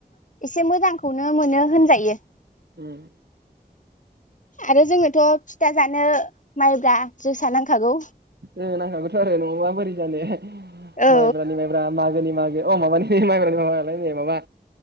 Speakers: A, on the left; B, on the right.
A: एसे मोजांखौनो मोनो होनजायो।
B: उम।
A: आरो जोङोथ' फिथा जानो माइब्रा जोसा नांखागौ।
B: ओ नांखागौथ' आरो नङाबा बोरै जानो।
A: औ
B: माइब्रानि माइब्रा मागोनि मागो अ माबानि माइब्रा मालाय नै माबा